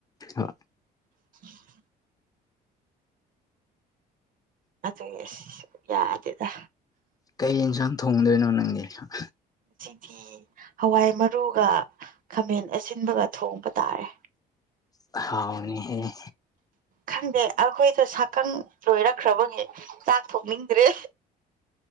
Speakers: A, on the left; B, on the right.
A: ꯍ
B: <inaudible> ꯑꯗ ꯌꯦꯁ ꯌꯥꯗꯗ
A: ꯀꯩ ꯌꯦꯟꯁꯥꯡ ꯊꯣꯡꯗꯣꯏꯅꯣ ꯅꯪꯗꯤꯟꯁꯥꯡ
B: ꯐꯤ ꯍꯋꯥꯏ ꯃꯔꯨꯒ ꯈꯥꯃꯦꯟ ꯑꯁꯤꯟꯕꯒ ꯊꯣꯡꯕ ꯇꯥꯔꯦ
A: ꯍꯥꯎꯅꯤꯍ
B: ꯈꯪꯗꯦ ꯑꯩꯈꯣꯏꯗ ꯁꯛꯀꯪ ꯂꯣꯏꯔꯛꯈ꯭ꯔꯕꯒꯤ ꯆꯥꯛ ꯊꯣꯡꯅꯤꯡꯗ꯭ꯔꯦ